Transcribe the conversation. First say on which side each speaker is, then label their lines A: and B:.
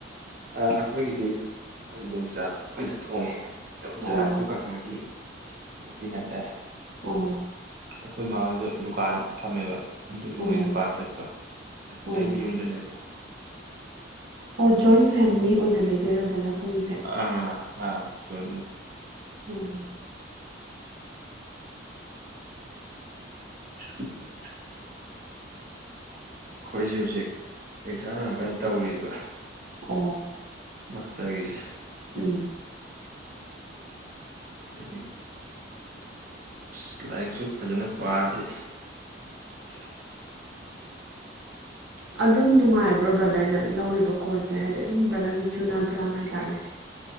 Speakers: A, on the right; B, on the right.
A: ꯑꯩꯈꯣꯏꯒꯤꯗꯤ ꯑꯩꯈꯣꯏ ꯏꯗꯣꯝꯆꯥꯅ ꯈꯣꯏꯅ ꯊꯣꯡꯉꯦ ꯏꯗꯣꯝꯆꯥ
B: ꯑꯣ
A: ꯑꯩꯈꯣꯏ ꯀꯀꯥꯒꯤ ꯅꯨꯄꯤꯅ ꯍꯥꯏꯇꯥꯔꯦ
B: ꯑꯣ
A: ꯑꯩꯈꯣꯏ ꯃꯥ ꯍꯣꯏꯗꯣ ꯗꯨꯀꯥꯟ ꯐꯝꯃꯦꯕ ꯑꯗꯨꯒꯤ
B: ꯑꯣ
A: ꯃꯣꯏ ꯗꯨꯀꯥꯟ ꯆꯠꯄ
B: ꯑꯣ
A: ꯑꯩꯗꯤ ꯌꯨꯝꯗ ꯂꯩꯕ
B: ꯑꯣ ꯖꯣꯏꯟ ꯐꯦꯃꯤꯂꯤ ꯑꯣꯏꯅ ꯂꯩꯗꯣꯏꯔ ꯕ꯭ꯔꯗꯔ ꯈꯣꯏꯒꯤꯁꯦ
A: ꯑꯥ ꯑꯥ ꯖꯣꯏ
B: ꯎꯝ
A: <unintelligible> ꯑꯩꯈꯣꯏꯁꯦ ꯍꯧꯖꯤꯛ ꯑꯦꯛꯖꯥꯝ ꯌꯥꯝ ꯀꯟꯅ ꯇꯧꯔꯤꯕꯥ
B: ꯑꯣ
A: ꯃꯥꯁꯇꯔꯥꯒꯤꯁꯦ
B: ꯎꯝ
A: ꯑꯗꯨꯒꯤ ꯑꯁ ꯂꯥꯏꯔꯤꯛꯁꯨ ꯐꯖꯅ ꯄꯥꯗꯦ
B: <unintelligible>
A: <unintelligible>
B: ꯑꯗꯨꯝ ꯅꯨꯡꯉꯥꯏꯕ꯭ꯔꯣ ꯕ꯭ꯔꯗꯔꯅ ꯂꯧꯔꯤꯕ ꯀꯣꯔꯁꯁꯦ ꯍꯥꯏꯗꯤ ꯑꯗꯨꯝ ꯕ꯭ꯔꯗꯔꯒꯤ ꯆꯨꯅꯕ꯭ꯔꯥ ꯍꯥꯏꯇꯥꯔꯦ